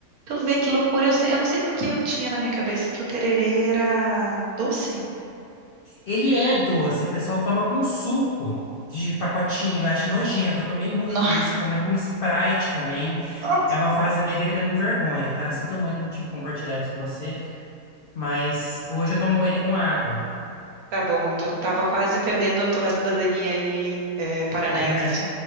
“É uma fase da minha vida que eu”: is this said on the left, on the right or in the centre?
Left